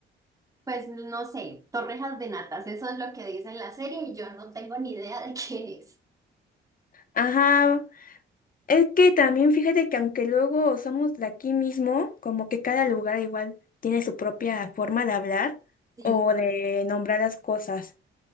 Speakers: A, on the right; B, on the left.
A: Pues no sé, torrejas de natas, eso es lo que dice en la serie y yo no tengo ni idea de qué es.
B: Ajá, es que también fíjate que aunque luego somos de aquí mismo, como que cada lugar igual tiene su propia forma de hablar
A: Sí,
B: o de nombrar las cosas.